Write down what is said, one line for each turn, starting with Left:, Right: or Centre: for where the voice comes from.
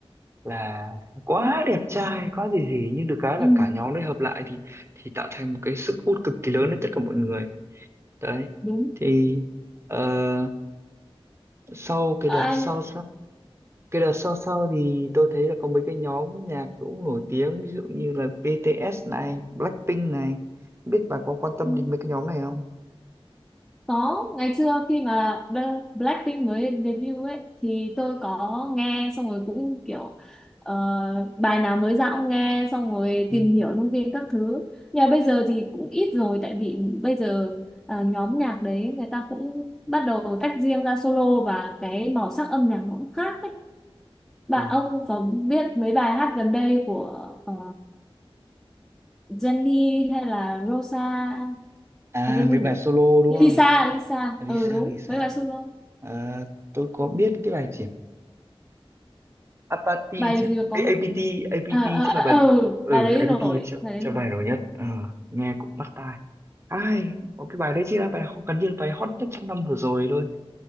Right: là quá đẹp trai quá gì gì nhưng được cái
Centre: ừ,
Right: là cả nhóm đấy hợp lại thì thì tạo thành một cái sức hút cực kỳ lớn đến tất cả mọi người đấy
Centre: đúng
Right: thì ờ, sau cái
Centre: Ờ,
Right: đợt sau cái đợt sau sau thì tôi thấy là có mấy cái nhóm nhạc cũng nổi tiếng ví dụ như là BTS này Blackpink này biết bà có quan tâm
Centre: anh
Right: đến mấy cái nhóm này không
Centre: Có, ngày xưa khi mà Bla- Blackpink mới debut ấy thì tôi có nghe xong rồi cũng kiểu ờ, bài nào mới ra cũng nghe xong rồi
Right: ừ.
Centre: tìm hiểu thông tin các thứ. Nhưng mà bây giờ thì cũng ít rồi tại vì bây giờ ờ, nhóm nhạc đấy người ta cũng bắt đầu tách riêng ra solo và cái màu sắc âm nhạc nó cũng khác ấy. Bạn
Right: ừ.
Centre: ông có biết mấy bài hát gần đây của ờ, Jennie hay là Rosa
Right: à
Centre: à, cái gì
Right: mấy
Centre: nhỉ?
Right: bài solo đúng
Centre: Lisa,
Right: không
Centre: Lisa.
Right: Lisa
Centre: Ừ đúng,
Right: Lisa
Centre: mấy bài solo.
Right: Ờ, tôi có biết cái bài gì Apathy
Centre: bài
Right: chả
Centre: gì mà có
Right: Ê, APT APT
Centre: à, à,
Right: chắc
Centre: à,
Right: là bài
Centre: ờ, ừ
Right: ừ
Centre: bài đấy
Right: APT
Centre: nổi
Right: chắc,
Centre: bài đấy
Right: chắc
Centre: nổi
Right: bài nổi nhất Ờ, nghe cũng bắt tai ai một cái bài đấy chỉ là bài gần như là bài hot nhất trong năm vừa rồi luôn